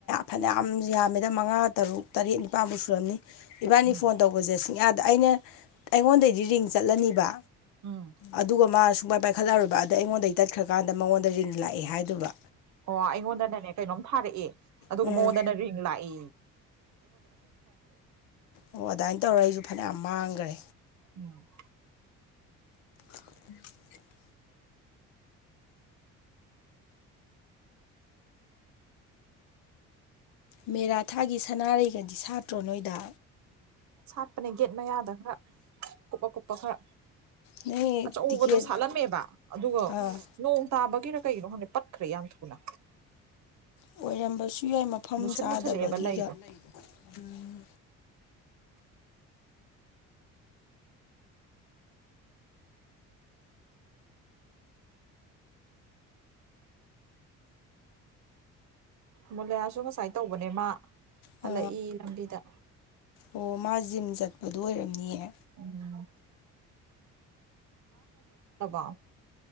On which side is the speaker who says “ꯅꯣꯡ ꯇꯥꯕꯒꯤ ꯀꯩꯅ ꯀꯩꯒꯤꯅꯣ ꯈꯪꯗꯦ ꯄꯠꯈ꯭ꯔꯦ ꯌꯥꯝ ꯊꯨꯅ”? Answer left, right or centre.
Right